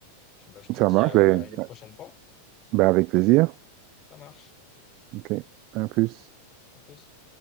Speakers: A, on the left; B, on the right.
A: Puis bah, je te
B: ça
A: dis
B: marche.
A: euh,
B: Ben,
A: à une prochaine fois.
B: ben, avec plaisir.
A: Ça marche.
B: OK, à plus.
A: À plus.